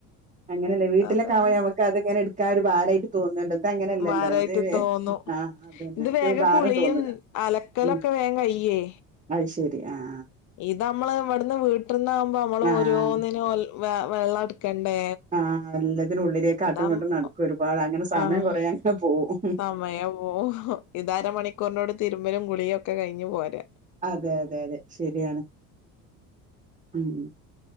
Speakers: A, on the right; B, on the left.
A: അങ്ങനെല്ലേ വീട്ടിലൊക്ക
B: അതാണ്
A: ആവുമ്പോ ഞമക്കത്ങ്ങനെ ട്ക്കാൻ ഒരു ഭാരമായിട്ട് തോന്നുന്ന്ണ്ട്‌ ഇത് അങ്ങനെയല്ലല്ലോ
B: ഭാരായിട്ട്
A: ഇത്
B: തോന്നും
A: ആ അതന്നെ
B: ഇത്
A: മറ്റേ
B: വേഗം
A: ഭാരം
B: കുളിയും
A: തോന്നൂല
B: അലക്കലൊക്കെ
A: ഉം
B: വേഗം കയ്യേ
A: അ ശെരി അ ആ
B: ഇത് അമ്മള് ഇവെട്ന്ന് വീട്ടിന്നാ മ്പം മ്മള്
A: ആഹ്
B: ഓരോന്നിനും വെ വെള്ളട്ക്കണ്ടേ
A: ആ തിനുള്ളിലേക്കാട്ടുംങ്ങട്ടും
B: ഇതാ
A: നടക്കും ഒരുപാട് അങ്ങനെ സമയം
B: ആഹ്
A: കൊറേ അങ്ങനെ പോകും
B: സമയം പോവും ഇതരമണിക്കൂറിനോട് തിരുമ്പലും കുളിയൊക്കെ കഴിഞ്ഞു പോരാ
A: അതെ അതെ അതെ ശരിയാണ് ഉം